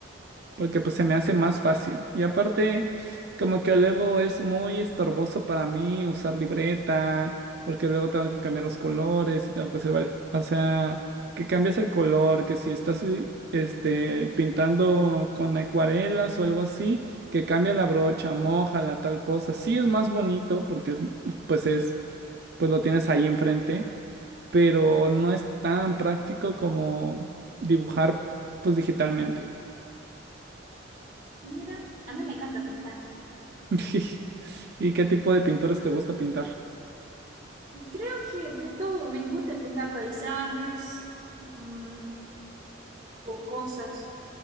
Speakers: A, on the right; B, on the right.
A: porque pues se me hace más fácil. Y aparte, como que luego es muy estorboso para mí usar libreta, porque luego tengo que cambiar los colores y tengo que hacer, vari- o sea, que cambias el color, que si estás eh, este, pintando con acuarelas o algo así, que cambia la brocha, mójala, tal cosa. Sí es más bonito porque es, pues es, pues lo tienes ahí enfrente, pero no es tan práctico como dibujar pues digitalmente.
B: Mira, a mí me encanta pintar.
A: <laughs> ¿Y qué tipo de pinturas te gusta pintar?
B: Creo que de todo, me gusta pintar paisajes mm, o cosas,